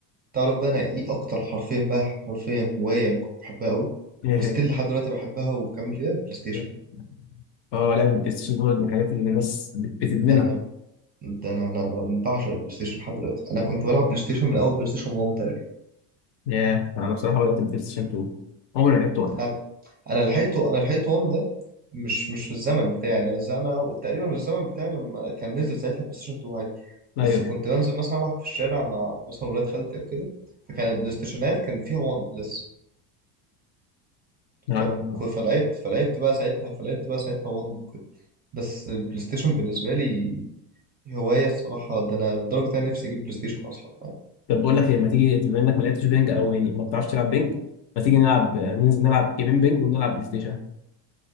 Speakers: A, on the right; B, on the left.
A: تعرف بقى انا ايه اكتر حرفين بقى حرفيا هواية انا كنت بحبها قوي
B: إيه
A: وستيل لحد دلوقتي بحبها وبكمل فيها بلاي ستيشن
B: هي؟ اه لعب البلاي ستيشن دول من الحاجات اللي الناس بت- بتدمنها
A: ده انا ده انا انا أنا بعشق البلاي ستيشن لحد دلوقتي انا كنت بلعب بلاي ستيشن من اول بلاي ستيشن 1 تقريبا
B: ياه انا بصراحه بدات البلاي ستيشن 2 عمري ما لعبت ولا
A: انا انا لحقته انا لحقته 1 ده مش مش في الزمن بتاعي يعني انا ز- انا تقريبا في الزمن بتاعي لما كان نزل ساعتها بلاي ستيشن 2 عادي بس
B: ايوه
A: كنت بنزل مثلا العب في الشارع مع مثلا ولاد خالتي او كده فكان البلاي ستيشنات كان فيها 1 لسه
B: أنا
A: فك- فلعبت فلعبت بقى ساعتها فلعبت بقى ساعتها 1 وكده بس البلاي ستيشن بالنسبة لي هواية الصراحة ده أنا لدرجة أنا نفسي أجيب بلاي ستيشن أصلا يعني
B: طب بقول لك إيه ما تيجي بما إنك ما لعبتش بينج أو يعني ما بتعرفش تلعب بينج ما تيجي نلعب ننزل نلعب جيمين بينج ونلعب بلاي ستيشن